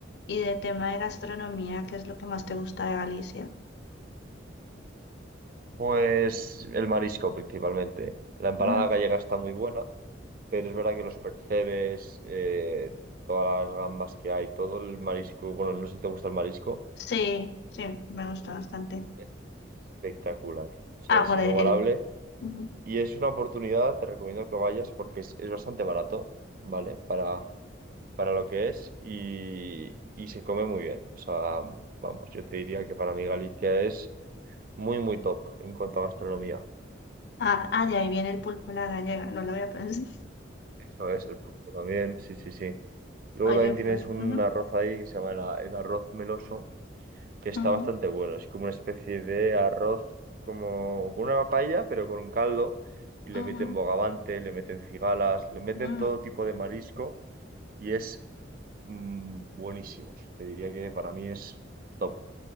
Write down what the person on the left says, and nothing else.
Y de tema de gastronomía, ¿qué es lo que más te gusta de Galicia?
Mm,
Sí, sí, me gusta bastante.
Ah,
por
el... el- ujú.
Ah, ah, de ahí viene el pulpo a la gallega, no lo había pensado.
<laughs>
Oye,
pues...
ujú,
ujú,
ujú,
mm.